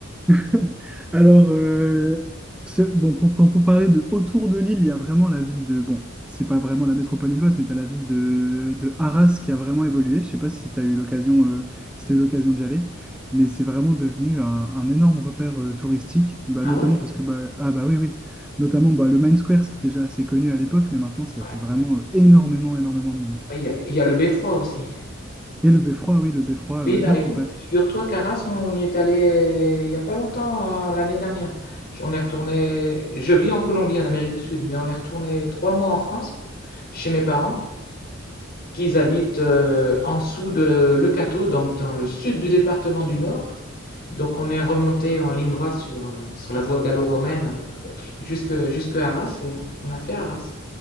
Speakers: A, in the centre; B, on the left (about 50°).
A: <laughs> Alors, euh, ce- bon, pour, pour- pour parler de autour de Lille, il y a vraiment la ville de... Bon, c'est pas vraiment la métropole lilloise, mais tu as la ville de, de Arras qui a vraiment évolué. Je sais pas si tu as eu l'occasion euh, si t'as eu l'occasion d'y aller, mais c'est vraiment devenu un, un énorme repère euh, touristique, bah,
B: Ah
A: notamment
B: ouais?
A: parce que... Bah, ah bah oui, oui. Notamment, bah, le Main Square, c'était déjà assez connu à l'époque, mais maintenant, ça
B: Ouais,
A: fait vraiment euh, énormément, énormément de monde.
B: ouais, il y a, il y a le beffroi aussi.
A: Et le Beffroi, oui, le Beffroi.
B: Oui,
A: euh, bah,
B: bah
A: d'ailleurs,
B: écoute,
A: j'ai pas...
B: figure-toi qu'Arras, on y est allé euh, il n'y a pas longtemps, euh, l'année dernière. Je- On est retourné, je vis en Colombie, en Amérique du Sud, mais on est retourné trois mois en France, chez mes parents, qui habitent euh, en dessous de Le Le Cateau, donc dans le sud du département du Nord. Donc on est remonté en ligne droite sur, euh, sur la voie gallo-romaine euh, jusque, jusque Arras, et on a fait Arras.